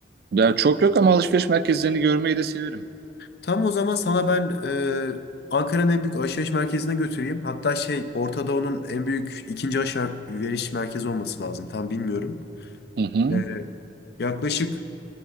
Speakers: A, on the right; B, on the left.
A: Ya çok yok ama alışveriş merkezlerini görmeyi de severim.
B: Tam o zaman sana ben e, Ankara'nın en büyük alışveriş merkezine götüreyim. Hatta şey Orta Doğu'nun en büyük ikinci alışveriş merkezi olması lazım. Tam bilmiyorum.
A: Hı hı.
B: E, yaklaşık